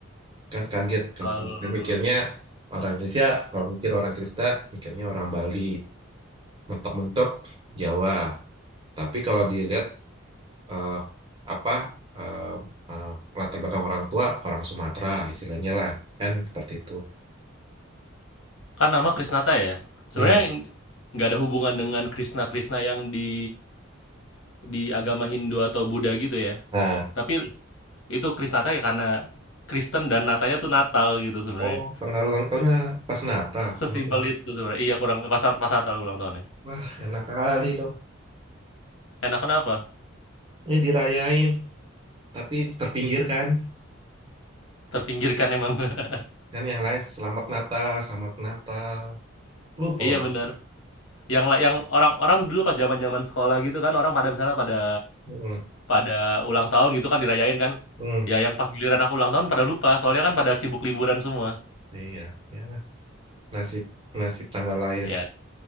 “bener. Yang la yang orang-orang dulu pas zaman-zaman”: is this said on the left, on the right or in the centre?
Left